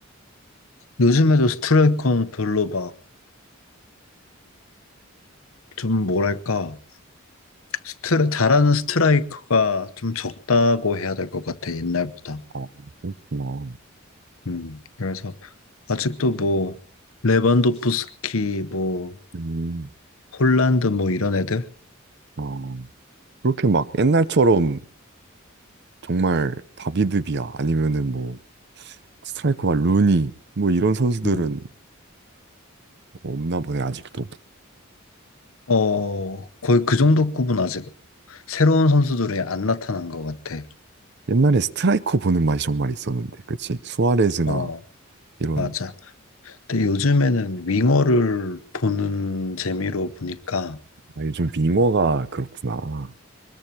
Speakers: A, on the left; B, on the right.
A: 요즘에도 스트라이커는 별로 막 좀 뭐랄까 스트라 잘하는 스트라이커가 좀 적다고 해야 될 것 같아 옛날보다.
B: 아, 그렇구나.
A: 음, 그래서 아직도 뭐 레반도프스키 뭐
B: 음,
A: 홀란드 뭐 이런 애들,
B: 아, 그렇게 막 옛날처럼 정말 다비드비아 아니면은 뭐 스트라이커가 루니 뭐 이런 선수들은
A: 음,
B: 없나 보네 아직도.
A: 어 거의 그 정도 급은 아직 새로운 선수들이 안 나타난 것 같아.
B: 옛날에 스트라이커 보는 맛이 정말 있었는데, 그치? 수아레즈나
A: 어,
B: 이런
A: 맞아. 근데 요즘에는 윙어를 보는 재미로 보니까
B: 아, 요즘 윙어가 그렇구나.